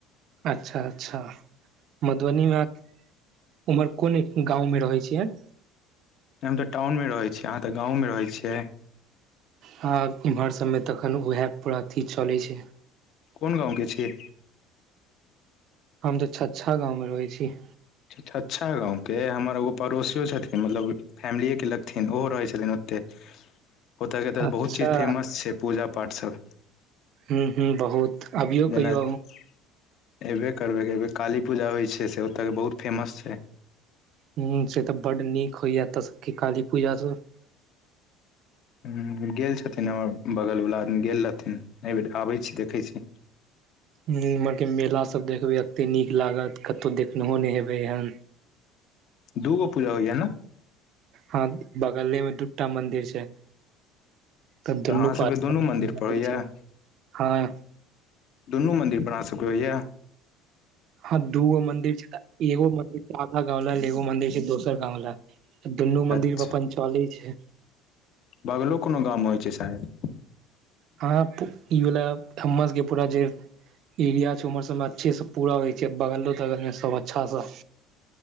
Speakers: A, on the right; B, on the left.
A: अच्छा अच्छा मधुबनीमे आहाँ उम्हर कोन गाँंवमे रहै छियै
B: हम तऽ टाउनमे रहैत छीय अहाँ तऽ गाँवमे रहै छियै
A: हँ एम्हर सभमे तखन उएह पूरा अथी चलैत छै
B: कोन गाँवके छि
A: हम तऽ छछा गाँव मे रहै छी
B: छच्छा गाँवके हमर एगो पड़ोसियो छथिन मतलब फैमिलिएके लगथिन ओहो रहै छलन ओतेक। ओतऽके तऽ
A: अच्छा
B: बहुत चीज फेमस छै पूजा पाठ सभ
A: हूँ हूँ बहुत। अबियौ
B: जेना
A: कहियो
B: अयबे करबै करबै काली पूजा होइ छै से ओतऽ बहुत फेमस छै।
A: ह से तऽ बड़ नीक होइया एत क काली पूजा सभ
B: ह गेल छथिन हमर बगल वला आदमी गेल रहथिन एहि बेर आबै छी देखै छी
A: इम्हर के मेला सभ देखबै एते नीक लागत कतहु देखनहो नहि हेबै हन।
B: दूगो पूजा होइएा ने।
A: हँ बगले मे दूटा मंदिर छै। तद्धन
B: तऽ अहाँ
A: पन
B: सबके दुनू मंदिर पर होइया
A: छै हँ।
B: दुनू मंन्दिर पर आ सकइए।
A: हँ दूगो मंदिर छै एगो मंदिर। आखा गाव ल एगो मंदिर छै दोसर गाव ले दुनू
B: अच्छा
A: मंदिर पर अपन चले छैय।
B: बगलो कोनो गाम होइ अछि शायद।
A: ह ई भेला हम सभके पूरा जे एरिया छै ओहर सभमे अच्छे सँ पूरा होइ छै बगलो तगलमे सभ अच्छासँ